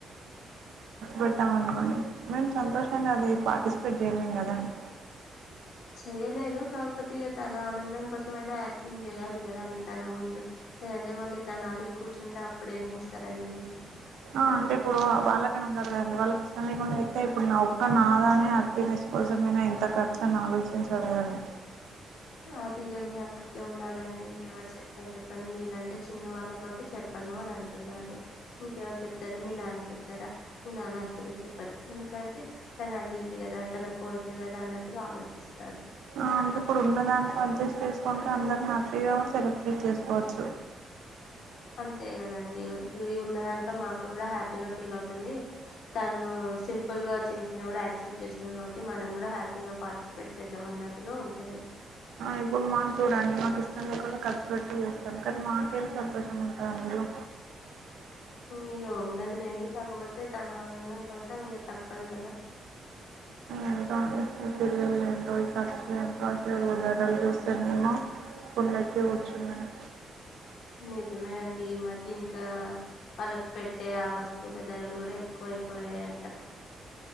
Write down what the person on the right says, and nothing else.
పెట్టామ అనుకోండి మేము సంతోషంగా అది పార్టిసిపేట్ చేయలేం కదండి
అంటే ఇప్పుడు వాళ్ళకనే ఉండారు కదండి వాళ్ళకి ఇష్టం లేకుండా అ యితే ఇప్పుడు నా ఒక్క నాదానే హ్యాపీనెస్ కోసమైనా ఇంత ఖర్చు అని ఆలోచించి కదండి
ఆ అంటే ఇప్పుడు ఉన్న దాంట్లో అడ్జస్ట్ చేసుకుంటే అందరిని హ్యాపీగా సెలబ్రేట్ చేసుకోవచ్చు
ఇప్పుడు మాకు చూడండి మాకు ఇష్టం లేకుండా ఖర్చు పెట్టి చేస్తాం కానీ మాకేం సంతోషం ఉంటుంది అందులో
ఎంతో అంది ఈ పిల్లలు ఏంటో ఈ ఖర్చులు ఏంటో అసలు గోదారోల్లు చూస్తేనేమో కొండెక్కి కూర్చున్నారు